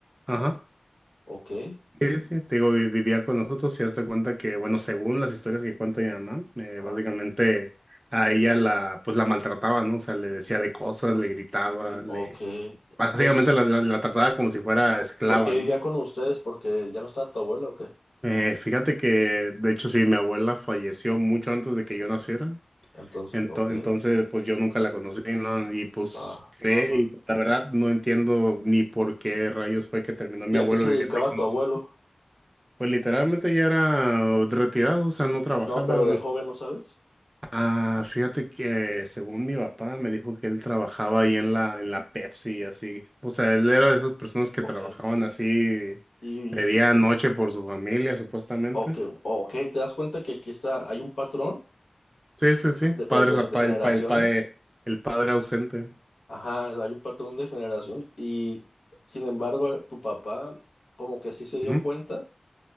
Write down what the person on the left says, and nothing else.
Ok.
Y-
Ajá.
Ok.
Entonces.
¿Por qué vivía
con ustedes? Porque ya no estaba tu abuela o qué.
Entonces,
ok,
va,
va, va.
¿Y
a qué se
dedicaba
tu
abuelo?
No, pero de joven, ¿no sabes?
Ok.
Y,
y-
ok, ok, ¿te das cuenta que aquí está, hay un patrón
de,
eh, de-
de
generaciones?
Ajá, hay un patrón de generación. Y, sin embargo, tu papá como que sí se dio
cuenta,